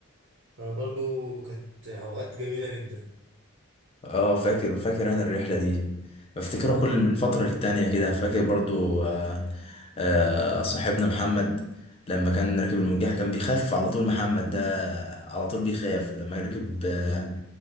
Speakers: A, on the right (about 55°); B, on the left (about 30°).
A: فبرضو كانت اوقات جميله جدا
B: اه فاكر فاكر انا الرحله دي بفتكرها كل من فتره للتانيه كده فاكر برضو آه آه صاحبنا محمد لما كان راكب المرجحه كان بيخاف على طول محمد ده على طول بيخاف لما ركب آه